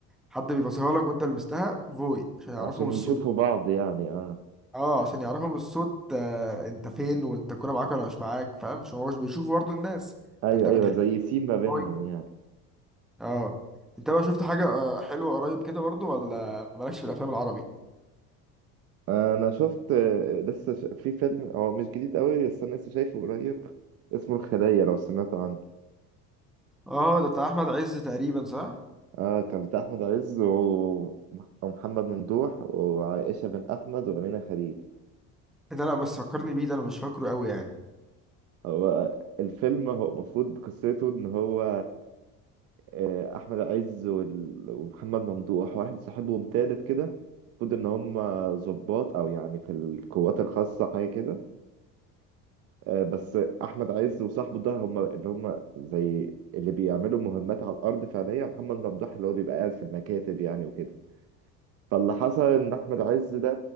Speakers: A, in the centre; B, on the right (about 45°).
A: حد بيبصيها لك وانت لمستها فوي عشان يعرفهم
B: عشان
A: الصوت
B: يشوفوا بعض يعني اه
A: اه عشان يعرفوا من الصوت آه انت فين وانت الكوره معاك ولا مش معاك فاهم عشان هو مش بيشوف برضه الناس
B: ايوه
A: فانت
B: ايوه
A: بتحس
B: زي سيم ما بينهم
A: هو
B: يعني
A: اه انت بقى شفت حاجه آه حلوه قريب كده برضه ولا مالكش في الافلام العربي
B: انا شفت آه، لسه ش... في فيلم هو مش جديد قوي بس انا لسه شايفه قريب اسمه الخلية لو سمعت عنه
A: اه ده بتاع احمد عز تقريبا صح
B: اه كان بتاع احمد عز و- ومحمد ممدوح وعائشة بن احمد وامينة خليل
A: إيه ده لا بس فكرني بيه ده انا مش فاكره قوي يعني
B: هو الفيلم هو المفروض قصته ان هو آه، احمد عز وال- ومحمد ممدوح واحد صاحبهم تالت كده المفروض ان هم ضباط او يعني في القوات الخاصة حاجة كده آه، بس احمد عز وصاحبه ده هم اللي هم زي اللي بيعملوا مهمات على الارض فعليا محمد ممدوح اللي هو بيبقى قاعد في المكاتب يعني وكده فاللي حصل ان احمد عز ده